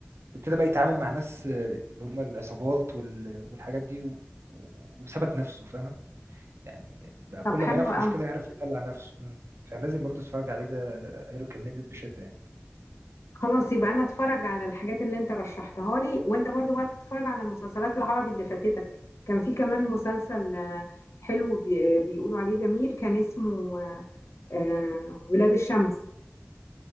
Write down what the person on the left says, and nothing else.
طب حلو
قوي
خلاص يبقى انا اتفرج على الحاجات اللي انت رشحتها لي وانت برضو بقى تتفرج على المسلسلات العربي اللي فاتتك كان في كمان مسلسل آه، حلو بي- آه، بيقولوا عليه جميل كان اسمه آه، آه، ولاد الشمس